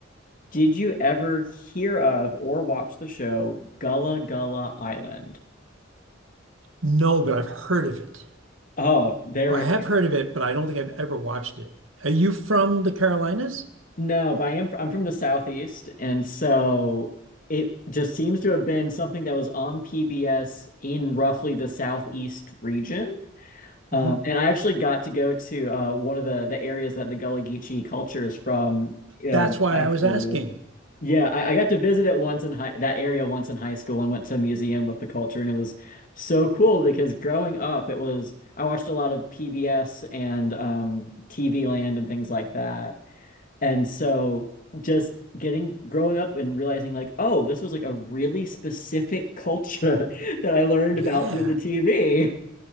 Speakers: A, on the left; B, on the right.
A: Did you ever hear of or watch the show Gullah Gullah Island?
B: No, but I've heard of it.
A: Oh, there.
B: I have heard of it, but I don't think I've ever watched it. Are you from the Carolinas?
A: No, but I am. I'm from the Southeast, and so it just seems to have been something that was on PBS in roughly the Southeast region.
B: hmm
A: Um, and I actually got to go to uh, one of the the areas that the Gullah Geechee culture is from uh,
B: That's why
A: high
B: I
A: school.
B: was asking.
A: Yeah, I, I got to visit it once in high that area once in high school and went to a museum with the culture and it was so cool because growing up it was I watched a lot of PBS and um TV Land and things like that. And so just getting growing up and realizing like, oh, this was like a really specific culture <laughs> that I learned
B: Yeah.
A: about through the TV.